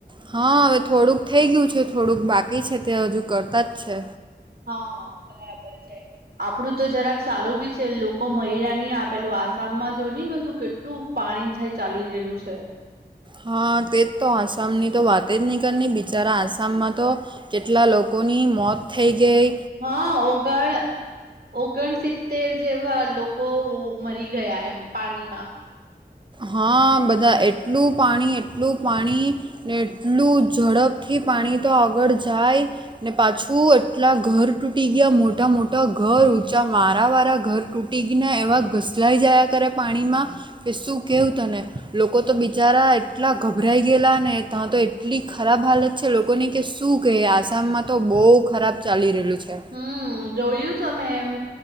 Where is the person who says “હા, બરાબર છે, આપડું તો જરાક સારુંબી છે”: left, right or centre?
Right